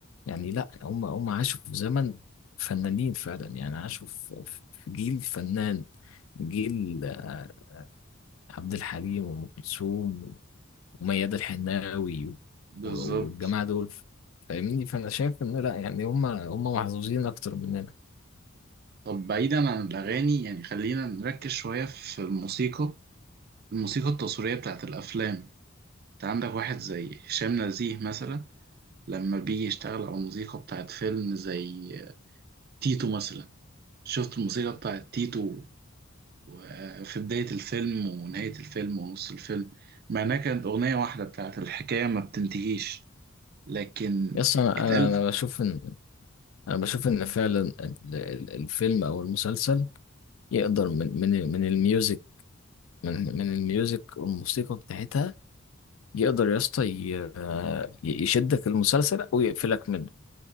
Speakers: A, on the left; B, on the right.
A: يعني لأ هم هم عاشوا في زمن فنانين فعلا يعني عاشوا في في- في جيل فنان جيل آه، عبد الحليم وأم كلثوم وميادة الحناوي و-
B: بالظبط
A: والجماعة دول فاهمني فأنا شايف إن لأ يعني هم هم محظوظين أكتر مننا
B: طب بعيدا عن الأغاني يعني خلينا نركز شوية في الموسيقى الموسيقى التصويرية بتاعت الأفلام انت عندك واحد زي هشام نزيه مثلا لما بيجي يشتغل على الموسيقى بتاعت فيلم زي تيتو مثلا شفت الموسيقى بتاعت تيتو و- في بداية الفيلم ونهاية الفيلم ونص الفيلم مع إنها كانت أغنية واحدة بتاعت الحكاية ما بتنتهيش لكن
A: يس أنا
B: اتقال
A: أنا أنا بشوف إن أنا بشوف إن فعلا ال- ال- الفيلم أو المسلسل يقدر من من من الميوزك من من الميوزك والموسيقى بتاعتها يقدر يا اسطى ي- يشدك المسلسل أو يقفلك منه